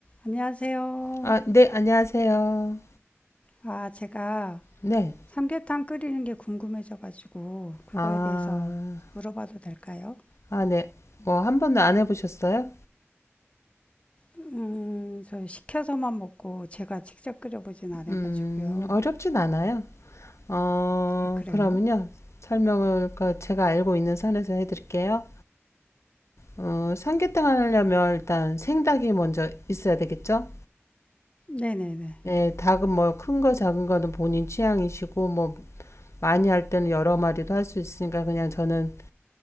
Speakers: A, on the left; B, on the left.
A: 안녕하세요.
B: 아, 네, 안녕하세요.
A: 아, 제가
B: 네.
A: 삼계탕 끓이는 게 궁금해져가지고 그거에
B: 아,
A: 대해서 물어봐도 될까요?
B: 아, 네. 뭐, 한 번도 안 해보셨어요?
A: 음, 저 시켜서만 먹고 제가 직접 끓여보진 않아가지고요.
B: 음, 어렵진 않아요. 어,
A: 아, 그래요?
B: 그러면요. 설명을 그 제가 알고 있는 선에서 해드릴게요. 어, 삼계탕 하려면 일단 생닭이 먼저 있어야 되겠죠?
A: 네네네.
B: 네, 닭은 뭐 큰거 작은 거는 본인 취향이시고 뭐 많이 할 때는 여러 마리도 할 수 있으니까 그냥 저는